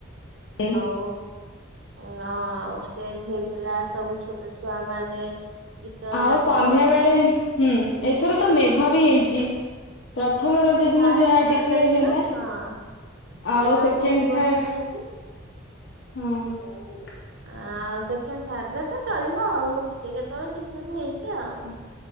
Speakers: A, on the left (about 65°); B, on the right (about 65°).
A: ଏ
B: ହୋଉ ଆଁ ଷ୍ଟେଜ୍ ନେଇଥିଲା ସବୁ ଛୋଟ ଛୁଆ ମାନେ ଗୀତ
A: ଆଉ
B: ନାଚ
A: ସନ୍ଧ୍ୟା ବେଳେ ହୁଁ ଏଇଥର ତ ମେଘ ବି ହେଇଚି। ପ୍ରଥମ ରଜ
B: ଆଉ
A: ଦିନ
B: ଫାଷ୍ଟ
A: ଯାହା
B: ରଜ
A: ଟିକେ
B: ଦିନ
A: ହେଲା।
B: ହଁ ସେଇଦିନ
A: ଆଉ ସେକେଣ୍ଡ
B: ବହୁତ ବର୍ଷା
A: ଥାର୍ଡ
B: ହେଇଛି
A: ହୁଁ।
B: ଆଉ ସେକେଣ୍ଡ ଥାର୍ଡ ରେ ତ ଚଳିବ ଆଉ ଟିକେ କେତେବେଳେ ଝିପ୍ ଝିପ୍ ହେଇଚି ଆଉ।